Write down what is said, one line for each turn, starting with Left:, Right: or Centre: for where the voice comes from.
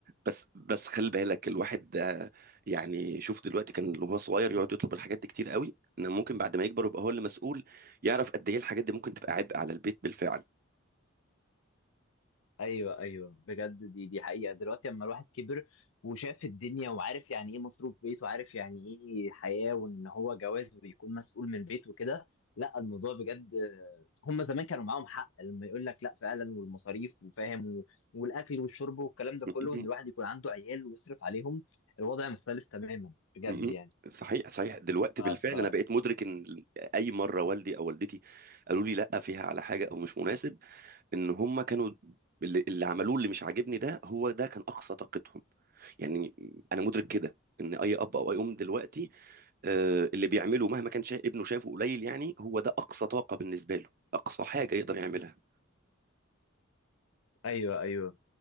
Right: بس بس خلي بالك الواحد ده يعني شوف دلوقتي كان اللي هو صغير يقعد يطلب الحاجات دي كتير قوي ان ممكن بعد ما يكبر يبقى هو اللي مسؤول يعرف قد ايه الحاجات دي ممكن تبقى عبء على البيت بالفعل
Left: ايوه ايوه بجد دي دي حقيقه دلوقتي لما الواحد كبر وشاف الدنيا وعارف يعني ايه مصروف بيت وعارف يعني ايه حياه وان هو جواز ويكون مسؤول من بيت وكده لا الموضوع بجد هم زمان كانوا معاهم حق لما يقول لك لا فعلا والمصاريف وفاهم و... والاكل والشرب والكلام ده
Right: <laughs>
Left: كله ان الواحد يكون عنده عيال ويصرف عليهم الوضع مختلف تماما بجد
Right: م- م.
Left: يعني
Right: صحيح صحيح دلوقتي
Left: ف...
Right: بالفعل
Left: ف...
Right: انا بقيت مدرك ان اي مره والدي او والدتي قالوا لي لا فيها على حاجه او مش مناسب ان هم كانوا اللي اللي عملوه اللي مش عاجبني ده هو ده كان اقصى طاقتهم يعني انا مدرك كده ان اي اب او اي ام دلوقتي آه، اللي بيعمله مهما كان شا... ابنه شايفه قليل يعني هو ده اقصى طاقه بالنسبه له اقصى حاجه يقدر يعملها
Left: ايوه ايوه